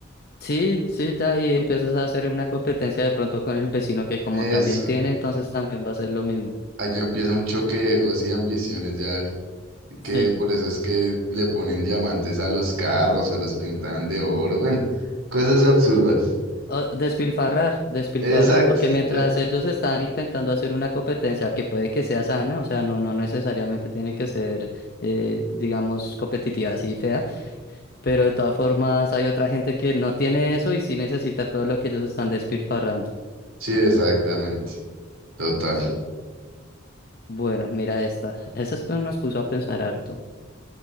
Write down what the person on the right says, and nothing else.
Eso.
Allá empieza un choque de egos y ambiciones ya
que por eso es que le ponen diamantes a los carros o los pintan de oro, bueno, cosas absurdas.
Exacto,
ya.
Sí, exactamente. Total.